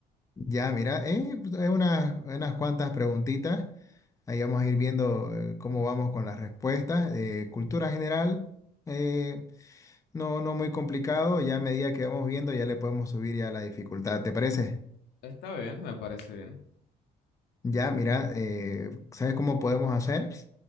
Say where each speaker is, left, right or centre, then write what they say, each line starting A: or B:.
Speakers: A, on the left (about 20°); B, on the left (about 80°).
A: Ya, mira, eh, pues, hay unas, unas cuantas preguntitas. Ahí vamos a ir viendo eh, cómo vamos con las respuestas. Eh, cultura general, eh, no, no muy complicado. Ya a medida que vamos viendo, ya le podemos subir ya la dificultad. ¿Te parece?
B: Está bien, me parece bien.
A: Ya, mira, eh, ¿sabes cómo podemos hacer?